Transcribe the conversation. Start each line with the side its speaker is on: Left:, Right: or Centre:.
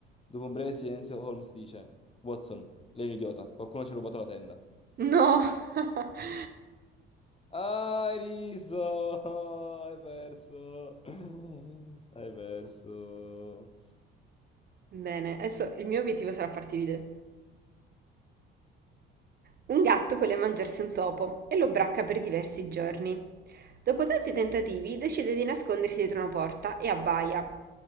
Left: Dopo un breve silenzio, Holmes dice: Watson, lei è un idiota, qualcuno ci ha rubato la tenda.
Right: No! <laughs>
Left: Ah, hai riso! <laughs> Hai perso! <laughs> Hai perso!
Right: Bene, adesso il mio obiettivo sarà farti ridere. Un gatto vuole mangiarsi un topo e lo bracca per diversi giorni. Dopo tanti tentativi decide di nascondersi dietro una porta e abbaia.